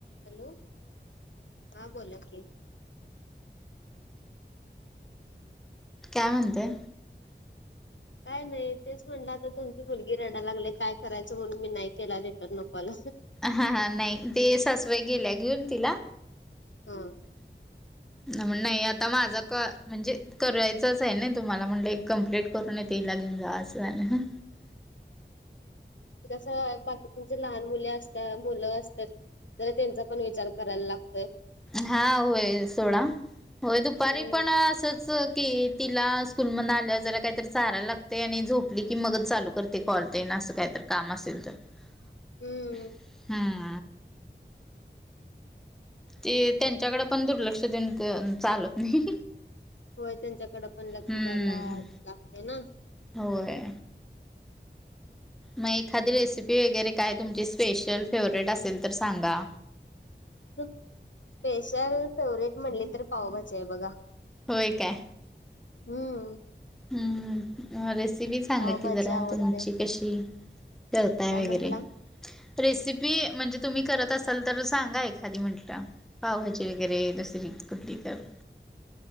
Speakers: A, on the left (about 80°); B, in the centre.
A: Hello! हा बोला की,
B: का म्हणते
A: काय नाही तेच म्हणलं तुमची आता मुलगी रडायला लागलेय काय करायचं म्हणून मी नाही केला रिटर्न कॉल.
B: हा हा नाही ते सासूबाई गेल्या घेऊन तिला
A: हमं
B: म्हण नाही आता माझा कॉल म्हणजे करायचंच आहे ना तुम्हाला म्हणलं हे कंम्प्लीट करूनच ईला घेऊन जाउ असं झालं हं
A: कसं बाकी तुमचे लहान मुली असता मुले असतेत जरा त्यांचा पण विचार करायला लागतो.
B: हा होय सोडा होय दुपारी
A: हम्म
B: पण असच की, तिला स्कूल मधन आल्यावर जरा काहीतरी चारायला लागते आणि झोपली की मगच चालू करते कॉल तेन असं कायत तर काम असेल तर
A: <inaudible>
B: <inaudible>
A: हम्म
B: हा ते त्यांच्याकडे पण दुर्लक्ष देऊन क चालत नाही
A: होय त्यांच्याकडे पण लक्ष
B: हम्म
A: द्यायला लागते ना
B: होय.. मग एखादी रेसिपी वगैरे काय तुमची स्पेशल फेवरेट असेल तर सांगा.
A: स्पेशल फेवरेट म्हणले तर पावभजी आहे बघा.
B: होय काय?
A: हम्म.
B: हम्म रेसिपी सांगा
A: पावभाजी
B: की जरा
A: आवडते
B: तुमची. कशी करताय
A: काय
B: वगैरे.
A: म्हंटला
B: रेसिपी म्हणजे तुम्ही करत असाल तर सांगा एखादी म्हटलं. पावभाजी वगैरे दुसरी कुठली तर.